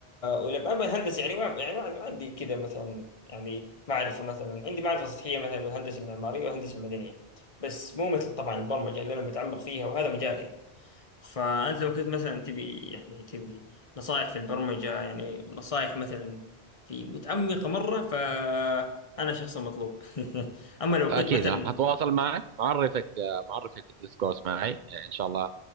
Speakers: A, on the left; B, on the right.
A: ولما الهندسه يعني ما يعني ما عندي كذا مثلا يعني معرفه مثلا عندي معرفه سطحيه مثلا بالهندسه المعماريه والهندسه المدنيه بس مو مثل طبعا البرمجه اللي انا متعمق فيها وهذا مجالي يعني. فأنت لو كنت مثلا تبي يعني تبي نصائح في البرمجة يعني نصائح مثلا في متعمقة مرة فأنا شخص مطلوب <laughs> أما لو
B: اكيد
A: كنت مثلا
B: راح اتواصل معك معرفك معرفك في الديسكورس معي ان شاء الله